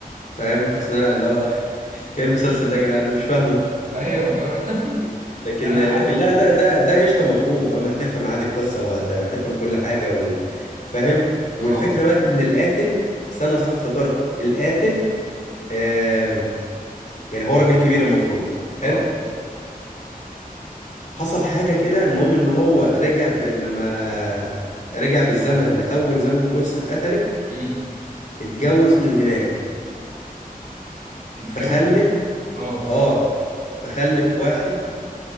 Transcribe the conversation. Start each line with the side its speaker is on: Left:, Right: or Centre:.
Left: فاهم حاسس ان انا اللي هو <laughs> ايه المسلسل ده يا جدعان انا مش فاهمه
Right: ايوه ف... <laughs>
Left: لكن
Right: انا
Left: لكن
Right: قعدت
Left: لا ده ده ده قشطه مفهوم فاهم هتفهم عادي القصه وهتفهم كل حاجه و- وفاهم
Right: اه
Left: والفكره بقى ان القاتل استنى صح افتكرت القاتل آم، يعني هو راجل كبير المفروض حلو
Right: اه
Left: حصل حاجه كده المهم ان هو رجع ب... لما رجع بالزمن لاول زمن جثه اتقتلت
Right: امم
Left: اتجوز من هناك
Right: اتجوز
Left: فخلف
Right: اه
Left: اه فخلف واحد